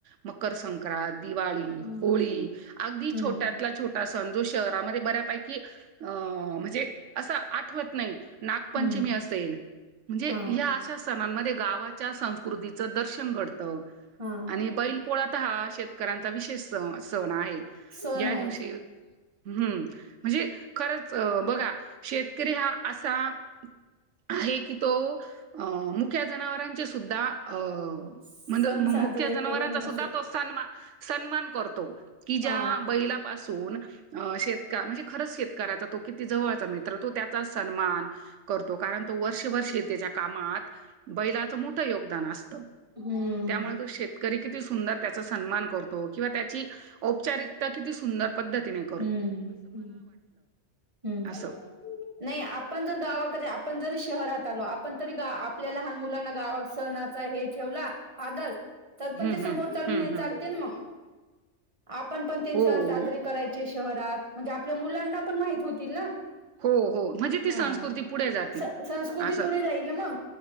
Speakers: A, on the right; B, on the right.
A: मकर संक्रांत दिवाळी,
B: हम्म
A: होळी अगदी
B: हम्म
A: छोट्यातला छोटा सण जो शहरामध्ये बऱ्यापैकी अ म्हणजे असं आठवत नाही. नाग पंचमी
B: हम्म
A: असेल, म्हणजे
B: हा
A: या अशा सणांना दे गावाच्या संस्कृतीच दर्शन घडतं,
B: हा
A: आणि बैलपोळा आता हा शेतकऱ्यांचा विशेष स सण आहे,
B: सण
A: या
B: आहे
A: दिवशी, हम्म म्हणजे, खरंच अ बघा शेतकरी हा असा आहे की तो अ मुख्या जनावरांचे सुद्धा अ
B: सण
A: म्हणजे मुख्य
B: साजरे
A: जनावरांचा
B: करून
A: सुद्धा
B: असे
A: तो सन्मान, सन्मान करतो. कि ज्या
B: हा
A: बैलापासून शेत म्हणजे, खरंच शेतकऱ्याचा तो किती जवळचा मित्र,, तो त्याचा सन्मानऽऽ करतो कारण तो वर्षेभर त्याच्या कामात बैलाचं मोठं योगदान असतं.
B: हम्म
A: त्यामुळे तो शेतकरी किती सुंदर त्याचा सन्मान करतो. किंवा त्याची औपचारिकता किती सुंदर पद्धतीनेऽऽ
B: हम्, ह्,
A: असं.
B: नाही आपण जरऽऽ आपन जरीऽऽ शहरात आलो, आपण तरी आपल्याला लहान मुलांना गावात सहणाचा हे ठेवला,, आदर. तर पण
A: हं,
B: ते समोर
A: हं.
B: चालून
A: हं, हं.
B: चालते ना मग. आपण पण ते
A: हो,
B: सण साजरे
A: हो.
B: करायचे शहरात,, म्हणजे आपल्या मुलांना पण माहित होतील ना.
A: हो, हो. म्हणजे ती
B: हा,,
A: संस्कृती पुढे जाते
B: संस्कृती
A: असं.
B: पुढे जाईल मग.